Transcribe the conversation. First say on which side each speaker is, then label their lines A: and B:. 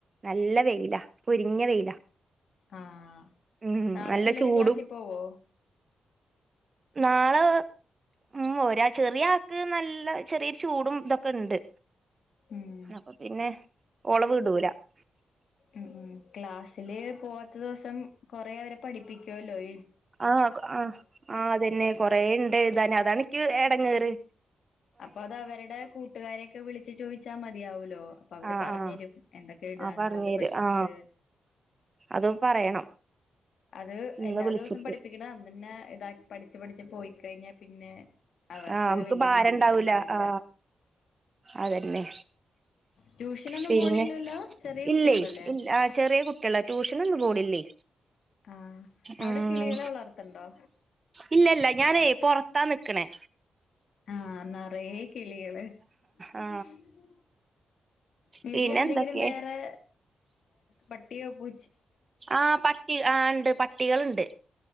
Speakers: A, on the right; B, on the left.
A: നല്ല വെയിലാ പൊരിഞ്ഞ വെയിലാ
B: ആഹ
A: ഉം
B: നാളെ
A: നല്ല
B: പിള്ളേരെ
A: ചൂടും
B: ക്ലാസ്സിൽ പോവോ
A: നാളെ ഉം ര് ചെറിയ ക്ക് നല്ല ചെറിയൊരു ചൂടും ഇതൊക്കെ ഉണ്ട്
B: ഉം
A: അപ്പൊ പിന്നെ ഒളവ് ഇടൂല ഉ
B: ഉ ഉ ക്ലാസ്സില് പോവാത്ത ദിവസം കൊറെേ അവരെ പഠിപ്പിക്കുവ ല്ല
A: ആഹ ആ് ആ അതന്നെ കൊറേ ഉണ്ട് അതന്നെ അതാണക്ക് എടങ്ങയറ്
B: അപ്പൊ അത് അവരുടെ കൂട്ടുകാരെയൊക്കെ വിളിച്ചച്ച് ചോദിച്ചാൽ മതിയാവലോ അപ്പൊ അവര്
A: ആഹ്
B: പറഞ്ഞു
A: ആഹ്
B: തരും എന്തൊക്കെ എഴുതാനുള്ളത്
A: ആ പറഞ്ഞു തരും
B: പഠിപ്പിിച്ചച്ച്
A: ആ അത് പറയണം
B: അത്
A: ഇന്ന്
B: എല്ലാ
A: വിളിച്ചിട്ട്
B: ദിവസം പ്പീട അന്ന തന്നെ ഇതാക്ക പഠിച്ചു പഠിച്ചു പോയി കഴിഞ്ഞാൽ പിന്നെ അവർക്ക്
A: ആ നമുക്ക്
B: വല്ിയ
A: ഭാരം
B: ബുദ്ധിമുട്ടുണ്ടാവില്ല
A: ഉണ്ടാവൂല ആ അതന്നെ
B: ട്യൂഷനൊന്നും
A: പിന്നെ
B: പോണില്ലല്ലോ ചെറിയ കുട്ടികളല്ലേ
A: ഇല്ലേ ഇല്ല ചെറിയ കുട്ടികള ട്യൂഷനൊന്നും പോണില്ലേ
B: ആഹ അവിടെ
A: ഉം
B: കിളികളെ വളർത്തണ്ടോ
A: ഇല്ലല്ല ഞാനേ പൊറത്താ നിിക്കണേ
B: ആഹ നിറയ കിളികള് മണ്ണ്
A: ആ
B: വീട്ടില
A: പിന്നെ
B: എന്തെങ്കിലും
A: എന്തൊക്കെ
B: വേറെ പട്ടിയ പൂ
A: ആ പട്ടി ആ ഉണ്ട് പട്ടികൾുണ്ട്